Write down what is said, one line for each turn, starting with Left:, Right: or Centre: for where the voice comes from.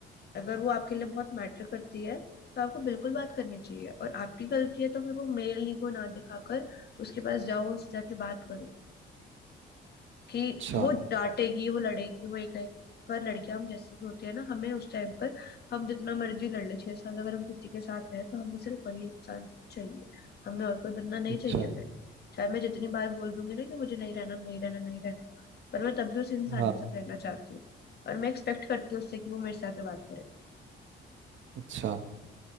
Left: अगर वो आपके लिए बहुत मैटर करती है तो आपको बिल्कुल बात करनी चाहिए और आपकी गलती है तो फिर वो मेल ईगो ना दिखाकर उसके पास जाओ उससे जाके बात करो कि
Right: अच्छा
Left: वो डांटेगी वो लड़ेगी वो ये कहेगी पर लड़कियां हम जैसी भी होती है ना हमें उस टाइम पर हम जितना मर्जी लड़ ले छह साल अगर हम किसी के साथ हैं तो हमें सिर्फ वही इंसान ही चाहिए हमें और कोई बंदा नहीं
Right: अच्छा
Left: चाहिए फिर चाहे मैं जितनी बार बोल दूंगी ना कि मुझे नहीं रहना नहीं रहना नहीं रहना पर मैं तब भी उस इंसान
Right: हाँ
Left: से रहना चाहती हूँ और मैं एक्सपेक्ट करती हूँ उससे कि वो मेरे साथ बात करे
Right: अच्छा